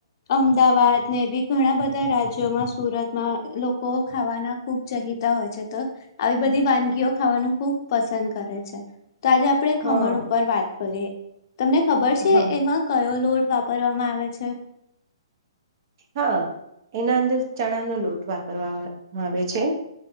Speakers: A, on the left; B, on the right.
A: અમદાવાદ ને એવી ઘણા બધા રાજ્યોમાં સુરતમાં લોકો ખાવાના ખુબ ચહીતા હોય છે તો આવી બધી વાનગીઓ ખાવાનું ખુબ પસંદ કરે છે. તો આજે આપણે
B: હા
A: ખમણ ઉપર વાત કરે તમને ખબર છે
B: હા
A: એમાં કયો લોટ વાપરવામાં આવે છે.
B: હા એના અંદર ચણાનો લોટ વાપરવામા આવે છે